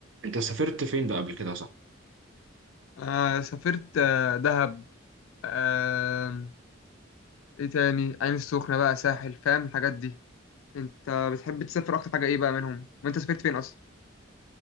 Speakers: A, on the right (about 70°); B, on the left (about 85°).
A: انت سافرت فين بقى قبل كده صح؟
B: آه سافرت آه دهب آه ايه تاني عين السخنة بقى ساحل فاهم الحاجات دي انت بتحب تسافر اكتر حاجة ايه بقى منهم وانت سافرت فين اصلا